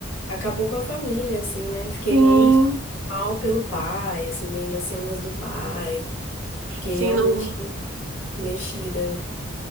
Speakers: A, on the left (about 85°); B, on the right (about 85°).
A: acabou com a família, assim, né? Fiquei
B: Sim,
A: muito mal pelo pai, assim, vendo as cenas do pai. Fiquei
B: sim,
A: realmente
B: no,
A: mexida.